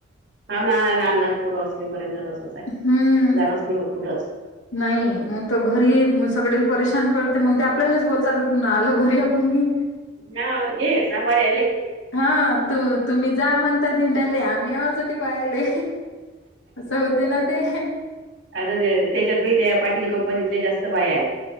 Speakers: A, on the right; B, on the left.
A: हाव ना लहान लहान पोर असलेपर्यंत तसं.
B: हम्म.
A: नई होत कुठंच.
B: नाही मग तर घरी सगळे परेशान करते मग, ते आपल्यालाच बोलतात पुन्हा आलं घरी आपण की.
A: हा घे सांबाळ याले.
B: हा तू तुम्ही जा म्हणतात हिंडायले आम्ही हाओत पायले. असं होते ना ते.
A: आता त्या त्याच्यात बी त्या पाटील कंपनीतल्या जास्त बाया हायेत.